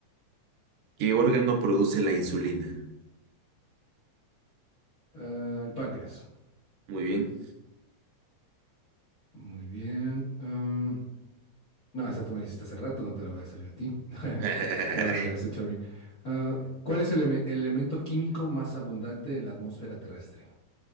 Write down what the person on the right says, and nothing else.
¿Qué órgano produce la insulina?
Muy bien.
<laughs>